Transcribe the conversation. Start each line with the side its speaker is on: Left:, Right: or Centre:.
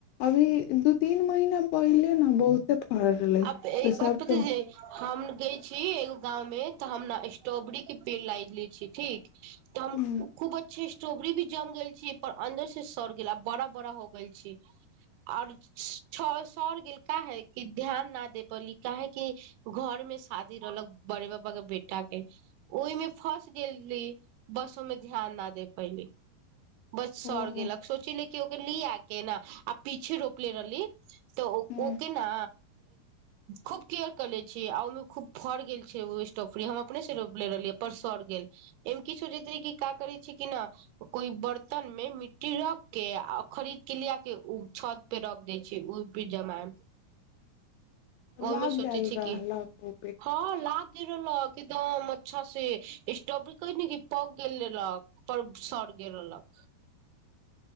Left: अभी दू तीन महिना पहिले ने बहुते फड़लै फेर
Right: आब एक बात
Left: सब
Right: पता
Left: तऽ
Right: छै हम गय छी एगो गाँंव मे तऽ हम ने स्ट्रोबेरी के पेड़ लाय ले छी ठीक तऽ हम
Left: हम्म,
Right: खूब अच्छे स्ट्रोबेरी भी जम गेल छी पर अंन्दर से सड़ गेल आ बड़ा बड़ा हो गेल छी आओर सर गेल काहे कि ध्यान ना दे पयली काहे कि घर मे शादी रहलक बड़े पापा के बेटा के ओहिमे फस गेल बस ओय मे ध्यान न दे पैली बस सर
Left: ओ
Right: गेलक सोची ले कि ओकनी आ केऽ नऽ आ पीछे रोपले रहली तऽ ओ
Left: हम्म,
Right: ओ के ना खूब केयर केयले छी आ ओहिमे खूब फर गेल छै ओ स्टॉफरी हम अपने से रोपले रहलियै पर सर गेल एम किछै जे कि का करै छै कि ना कोई बर्तन मे मिट्टी रख के आ खरीद के लेऽ या केऽ उ छत पे रख दैय छिये उऽ पिज्जा मैम ओहिमे
Left: लाग
Right: सोचै
Left: गेल
Right: छिये
Left: रहलक
Right: कि
Left: ओ
Right: हँ लाग के रहलक एकदम अच्छा से स्ट्रबरी कहे न की पक गेल रहलक पर सर गेल रहलक